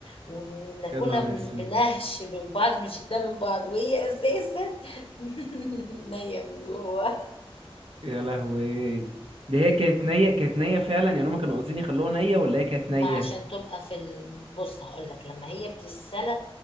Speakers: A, on the left (about 65°); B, on the right (about 65°).
A: وان بناكلها
B: يا نهار
A: من-
B: اسود
A: بنهش من بعض مش ده من بعض وهي اساسا <laughs> نية من جوه
B: يا لهوي ده هي كانت نية كانت نية فعلا يعني هما كانوا قاصدين يخلوها نية ولا هي كانت نية
A: ما عشان تبقى في ال... بص هقول لك لما هي بتتسلق